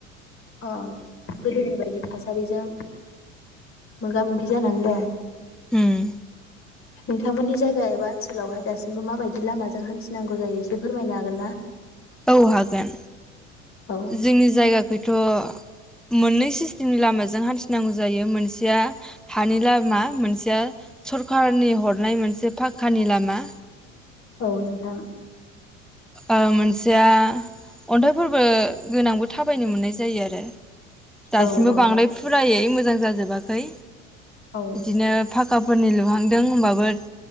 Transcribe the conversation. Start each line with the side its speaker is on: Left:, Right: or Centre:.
Left: ओ गोदोनि बायदि थासारिजों मोगा मोगि जानानै दं
Centre: उम
Left: नोंथांमोननि जायगा एबा ओनसोलावहाय दासिमबो माबायदि लामाजों हान्थिनांगौ जायो एसे फोरमायनो हागोन ना?
Centre: औ हागोन
Left: औ
Centre: जोंनि जायगाखैथ' मोननै सिस्टेमनि लामाजों हान्थिनांगौ जायो मोनसेया हानि लामा मोनसेया सरखारनि हरनाय मोनसे पाखकानि लामा।
Left: औ नोथां।
Centre: ओं मोनसेया अन्थाइफोरबो गोनांबो थाबायनो मोननाय जायो आरो। दासिमबो
Left: औ औ
Centre: बांद्राय फुरायै मोजां जाजोबाखै।
Left: औ
Centre: बिदिनो फाखाफोरनि लुहांदों होमबाबो